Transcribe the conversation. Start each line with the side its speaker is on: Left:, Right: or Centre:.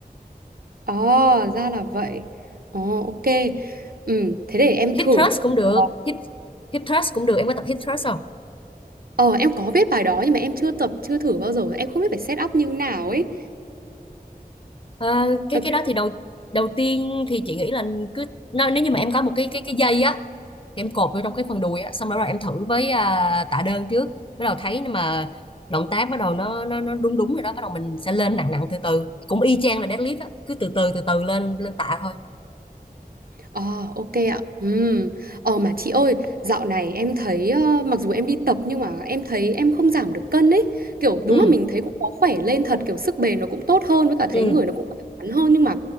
Right: Ờ, ra là vậy. Ồ ok. Ừ, thế để em
Left: hip
Right: thử.
Left: thrust cũng được
Right: Ờ,
Left: hip hip thrust cũng được em có tập hip thrust không
Right: Ờ, em có biết bài đó nhưng mà em chưa tập chưa thử bao giờ em không biết phải set up như nào ấy
Left: Ờ, cái
Right: Ok.
Left: cái đó thì đầu đầu tiên thì chị nghĩ là cứ nếu, nếu như mà em có một cái cái cái dây á thì em cột vô trong cái phần đùi á xong đó rồi em thử với à, tạ đơn trước bắt đầu thấy mà động tác bắt đầu nó nó nó đúng đúng rồi đó bắt đầu mình sẽ lên nặng nặng từ từ cũng y chang là deadlift á cứ từ từ từ từ lên lên tạ thôi
Right: Ờ, ok ạ. Ừm. Ờ mà chị ơi, dạo này em thấy ờ, mặc dù em đi tập nhưng mà em thấy em không giảm được cân ấy. Kiểu đúng
Left: ừ
Right: là mình thấy cũng có khỏe lên thật, kiểu sức bền nó cũng tốt hơn với cả thấy
Left: ừ
Right: người nó cũng khỏe khoắn hơn nhưng mà